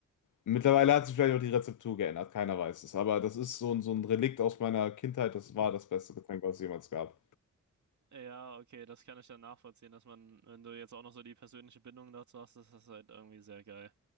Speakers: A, on the left (about 65°); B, on the right (about 60°).
A: Mittlerweile hat sich vielleicht auch die Rezeptur geändert, keiner weiß es. Aber das ist so, ein- so ein Relikt aus meiner Kindheit. Das war das beste Getränk, was es jemals gab.
B: ja, okay, das kann ich dann nachvollziehen, dass man, wenn du jetzt auch noch so die persönliche Bindung dazu hast, das ist halt irgendwie sehr geil.